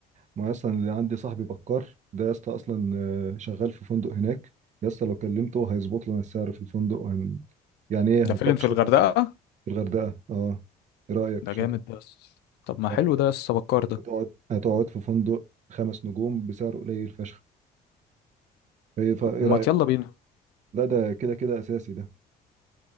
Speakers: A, on the right; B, on the left.
A: ما اصلا اللي عندي صاحبي بكار ده يا اسطى اصلا آه، شغال في فندق هناك يا اسطى لو كلمته هيظبط لنا السعر في الفندق وهن... يعني ايه
B: ده
A: هتروح
B: فين في
A: مش
B: الغردقه
A: هتاكل في الغردقة اه ايه رأيك
B: ده
A: شو
B: جامد بس طب ما
A: يعني
B: حلو ده يا اسطى بكار ده
A: هتقعد هتقعد في فندق خمس نجوم بسعر قليل فشخ ايه ف- إيه
B: ما
A: رأيك
B: يلا بينا
A: لا ده كده كده اساسي ده